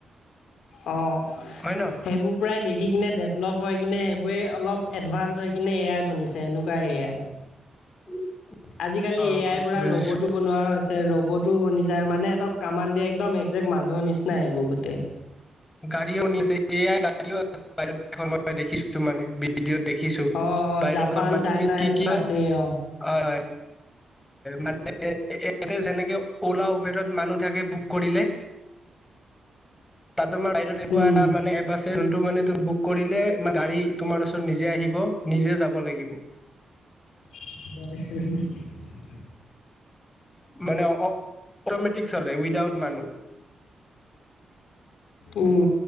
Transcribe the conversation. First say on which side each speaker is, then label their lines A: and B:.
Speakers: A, on the left; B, on the left.
A: অ'।
B: হয় ন'?
A: সেইবোৰ প্ৰায় দেখি কিনে ডেভলপ হৈ কিনে সেইবোৰে অলপ এডভানঞ্চ হৈ কিনে এ আই বনিছে, এনেকুৱা এ আই।
B: <inaudible>
A: আজিকালি
B: অ
A: এ আইৰ পৰা
B: বুজিছো
A: ৰ'বট তো বনোৱা হৈছে, ৰ'বতো বনি যায়, মানে সিহঁক কামান দিয়ে, একদম একজেক্ট মানুহৰ নিচিনা সেইবোৰ গোটেই।
B: গাড়ীও বনি আছে, এআই গাড়ীও আছে, মই দেখিছোটো মানে। ভিডিঅ'ত দেখিছোঁ,
A: অ অ
B: বাহিৰত
A: জাপান
B: ঘন মা
A: চাইনা
B: তুমি কি-কি
A: সেইবোৰত
B: হয়,
A: আছেই অ
B: হয়, হয়। মানে ইয়াতে যেনেকে অলা উবেৰৰত মানুহ থাকে বুক কৰিলে। তাত তোমাৰ বাহিৰত এনেকুৱা
A: উম।
B: এটা মানে এপ আছে, যোনটো মানে তোৰ বুক কৰিলে গাড়ী তোমাৰ ওচৰত নিজে আহিব, নিজে যাব লাগিব।
A: <unintelligible>
B: মানে অ', অটমেটিক চলে, উইদাউট মানুহ।
A: উম